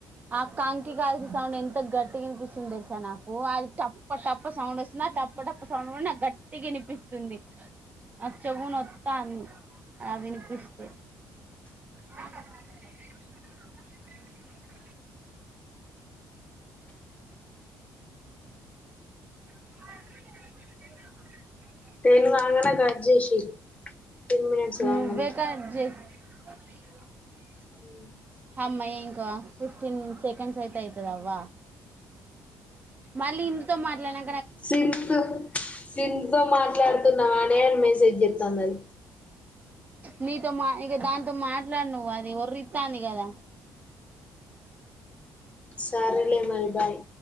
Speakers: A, on the right; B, on the left.
A: ఆ కంకి కాల్చే సౌండ్ ఎంత గట్టిగ ఇనిపిస్తుంది తెలుసా నాకు అది టప్ప టప్ప సౌండ్ వస్తుంది నాకు అప్పటప్పు సౌడ్ కూడా నాకు గట్టిగా వినిపిస్తుంది నా చెవు నొత్తంది అవి వినిపిస్తుంది <unintelligible> <unintelligible>
B: టెన్ కాంగనే కట్ చేసి ఇయ్యి టెన్ మినిట్స్ కాంగనే
A: నువ్వే కట్ <unintelligible>
B: <unintelligible>
A: అమ్మ ఇంకో ఫిఫ్టీన్ సెకెండ్స్ అయిపోత నీ అవ్వ మళ్ళీ ఇందుతో మాట్లాడా
B: సింత్ సింత్ తో మాట్లాడుతున్నావానే అని మెసేజ్ చేతంది అది
A: నీతో మా ఇగా దాంతో మాట్లాడు నువ్వు అది ఒరితంది కదా
B: సర్లే మరి బాయ్